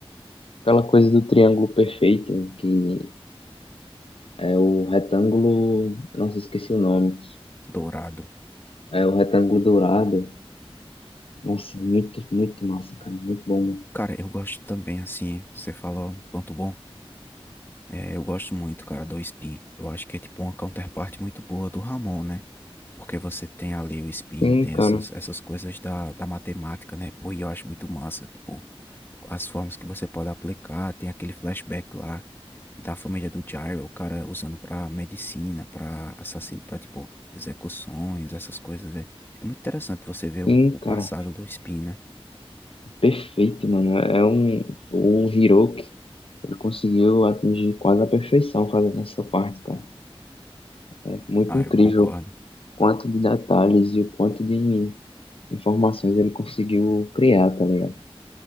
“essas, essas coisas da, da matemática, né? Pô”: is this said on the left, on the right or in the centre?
Left